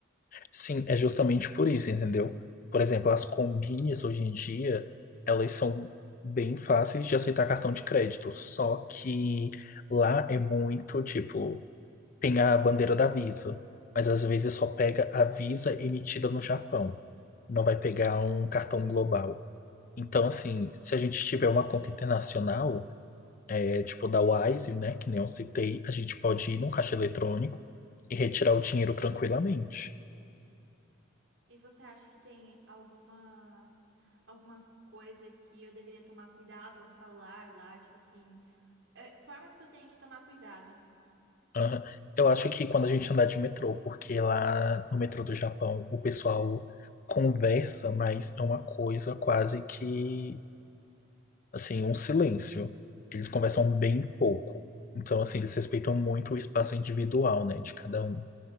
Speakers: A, on the left; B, on the right.
A: sim, é justamente por isso, entendeu? Por exemplo, as combinhas hoje em dia, elas são bem fáceis de aceitar cartão de crédito, só que lá é muito tipo Tem a bandeira da Visa, mas às vezes só pega a Visa emitida no Japão. Não vai pegar um cartão global. Então, assim, se a gente tiver uma conta internacional, é tipo da Wise, né, que nem eu citei, a gente pode ir num caixa eletrônico e retirar o dinheiro tranquilamente.
B: E você acha que tem alguma alguma coisa que eu deveria tomar cuidado ao falar lá, tipo assim, é, formas que eu tenho que tomar cuidado?
A: Aham. Eu acho que quando a gente andar de metrô, porque lá no metrô do Japão o pessoal conversa, mas é uma coisa quase que assim, um silêncio. Eles conversam bem pouco. Então, assim, eles respeitam muito o espaço individual, né, de cada um.